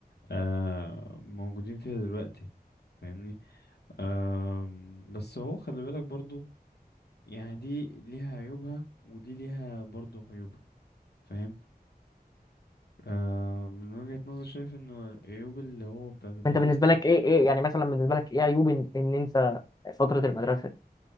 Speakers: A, on the left; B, on the left.
A: آه موجودين فيها دلوقتي فاهمني آم، بس هو خلي بالك برضو يعني دي ليها عيوبها ودي ليها برضو عيوبها فاهم آه من وجهة نظري شايف ان العيوب اللي هو بتاعة المدرسة
B: انت بالنسبه لك ايه ايه يعني مثلا بالنسبه لك ايه عيوب ان, ان انت فتره المدرسه دي؟